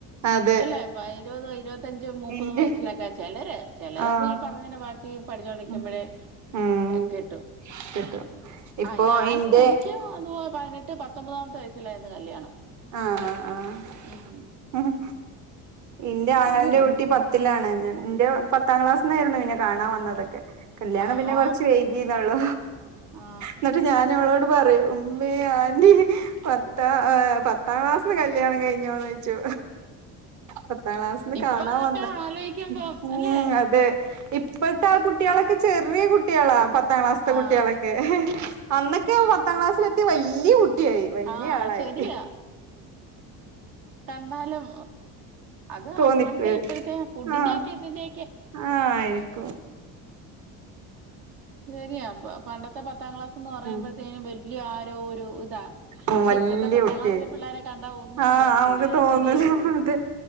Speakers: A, on the right; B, on the right.
A: അതെ
B: അല്ലെ പ്പ ഇരുപതും ഇരുപത്തഞ്ചും മുപ്പതും
A: ഇന്റെ
B: വയസ്സിലൊക്കെയാ ചെലര് ചെലതൊക്കെ
A: ആഹ്
B: ഈ പറഞ്ഞതിന്റെ ബാക്കി പഠിച്ചോണ്ടിരിക്കുമ്പഴേ
A: ഉം ഉം
B: കെട്ടും
A: കിട്ടും ഇപ്പൊ
B: ആഹ് ഞാനും
A: ഇന്റെ
B: എനിക്കും അതു പോലെ പതിനെട്ട് പത്തൊമ്പതാമത്തെ വയസ്സിലായിരുന്ന് കല്യാണം.
A: ആഹ് ആഹ്
B: ഉം
A: ആഹ് എന്റെ ആങ്ങളെന്റെ
B: അത് വലിയ
A: കുട്ടി
B: വ്യത്യാസം
A: പത്തിലാണ് ഞാൻ എന്റെ പത്താം ക്ലാസ്ന്നായിരുന്നു എന്നെ കാണാൻ വന്നതൊക്കെ കല്യാണം
B: ആഹാ
A: പിന്നെ കുറച്ച് വൈകിന്നേള്ളൂ.
B: ആ
A: ന്നിട്ട് ഞാൻ അവളോട് പറയും ഉമ്മേ ആന്റി പത്ത ആഹ് പ ത്താം ക്ലാസ്സിന് കല്യാണം കഴിഞ്ഞോന്നോയ്ച്ചു. പത്താം ക്ലാസിന്ന്
B: ഇപ്പൊ
A: കാണാൻ
B: അതൊക്കെ
A: വന്നാ
B: ആലോയിക്കുമ്പം
A: ഉം
B: അല്ലേ
A: അതെ ഇപ്പൾത്തെ ആ കുട്ട്യാളൊക്കെ ചെറിയ കുട്ട്യാളാ പത്താം ക്ലാസ്ത്തെ
B: ആ
A: കുട്ട്യാളൊക്കെ. അന്നൊക്കെ പത്താം ക്ലാസ്സിലെത്തി വല്ല്യ കുട്ട്യായി വല്ല്യാളായി.
B: ആ ശരിയാ കണ്ടാലും അത്
A: തോന്നിക്ക്
B: അപ്പഴത്തെ ഇപ്പോഴത്തെ ഫുഡിന്റെ
A: ആഹ്
B: ഒക്കെ ഇതിന്റെ
A: ആഹ് ആയിരിക്കും
B: ശരിയാ പ പണ്ടത്തെ പത്താം ക്ലാസ് സ്ന്ന് പറയുമ്പോഴത്തേക്കും
A: ഉം
B: വല്ല്യ ആരോ ഒരു ഇതാ
A: ഉം
B: പക്ഷെ
A: വല്യ
B: ഇപ്പൾത്തെ പത്താം
A: കുട്ടിയായി
B: ക്ലാസിലെ പിള്ളേരെ കണ്ടാ ഒന്നും
A: ആഹ്
B: തോന്നത്തില്ല
A: ആഹ് ഓന് തോന്നലാ
B: ഇച്ചിരിയേ ഉള്ളൂ
A: അതെ